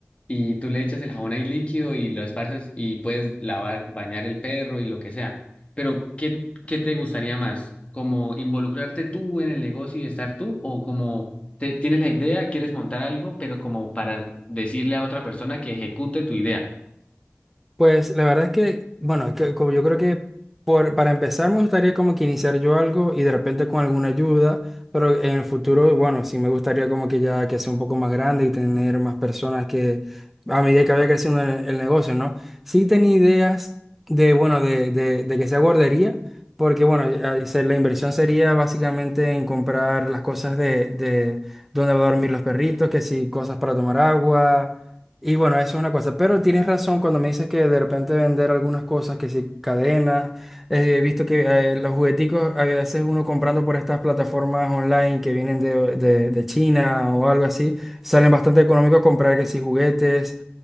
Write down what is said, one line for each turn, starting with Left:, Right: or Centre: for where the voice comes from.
Left: Y tú le echas el jabón ahí líquido y lo esparces y puedes lavar, bañar el perro y lo que sea. Pero, ¿qué, qué te gustaría más? ¿Como involucrarte tú en el negocio y estar tú o como te- tienes la idea, quieres montar algo, pero como para decirle a otra persona que ejecute tu idea.
Centre: Pues la verdad es que, bueno, que- como yo creo que por, para empezar me gustaría como que iniciar yo algo y de repente con alguna ayuda, pero en el futuro, bueno, sí me gustaría como que ya que sea un poco más grande y tener más personas que a medida que vaya creciendo el, el negocio, ¿no? Sí tenía ideas de, bueno, de, de, de que sea guardería, porque bueno, eh, se- la inversión sería básicamente en comprar las cosas de, de dónde va a dormir los perritos, que sí, cosas para tomar agua y bueno, eso es una cosa, pero tienes razón cuando me dices que de repente vender algunas cosas, que si cadenas, eh, he visto que eh, los jugueticos a veces uno comprando por estas plataformas online que vienen de, de- de China o algo así, salen bastante económicos comprar que si juguetes